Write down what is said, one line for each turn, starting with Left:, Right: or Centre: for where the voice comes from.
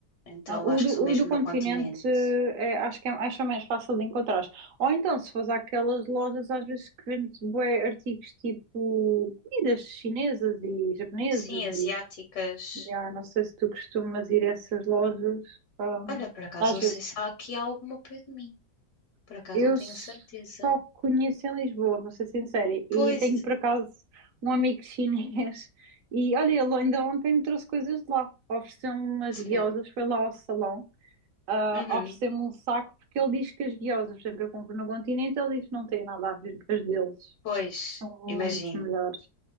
Left: Então
Right: Não, O
Left: acho
Right: do,
Left: que só
Right: o
Left: mesmo
Right: do Continente
Left: no continente.
Right: eh, é- acho que é, acho que é mais fácil de encontrar. Ou então, se fores àquelas lojas às vezes que vende bué artigos tipo comidas chinesas e japonesas
Left: Sim, asiáticas.
Right: e já, não sei se tu costumas ir a essas lojas, ahm,
Left: Olha, por acaso
Right: às
Left: não
Right: vezes.
Left: sei se há aqui alguma ao pé de mim. Por acaso
Right: Eu
Left: não tenho
Right: só
Left: a certeza.
Right: conheço em Lisboa, vou ser sincera, e
Left: Pois,
Right: tenho
Left: exato.
Right: por acaso um amigo <laughs> chinês e olha, ele ainda ontem me trouxe coisas de lá. Ofereceu-me umas
Left: Sério.
Right: guiosas, foi lá ao salão. ah,
Left: Uhum.
Right: oferecer-me um saco, porque ele diz que as guiosas, por exemplo, eu compro no Continente, ele diz que não tem nada a ver com as deles.
Left: Pois,
Right: São muito
Left: imagino.
Right: melhores.